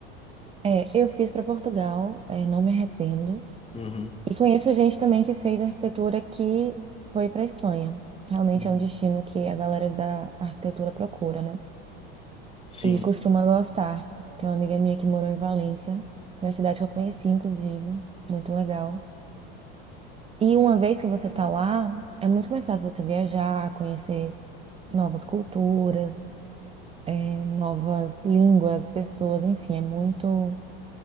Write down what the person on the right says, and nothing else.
É, eu fiz para Portugal, é, não me arrependo.
E conheço gente também que fez arquitetura que foi para Espanha. Realmente
é um destino que a galera da arquitetura procura, né?
E costuma gostar. Tem uma amiga minha que morou em Valência, foi uma cidade que eu conheci, inclusive, muito legal. E uma vez que você tá lá, é muito mais fácil você viajar, conhecer novas culturas, é, novas línguas, pessoas, enfim, é muito